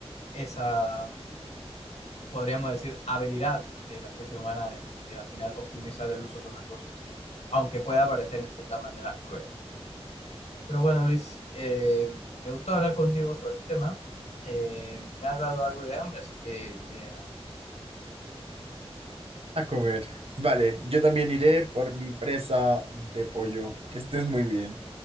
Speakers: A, on the left; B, on the right.
A: esa, podríamos decir, habilidad de la especie humana de, de al final optimizar el uso de sus recursos, aunque pueda parecer en cierta manera cruel. Pero bueno, Luis, eh, me gustó hablar contigo sobre este tema. Eh, me ha dado algo de hambre, así que iré a
B: A comer. Vale, yo también iré por mi presa de pollo. Que estés muy bien.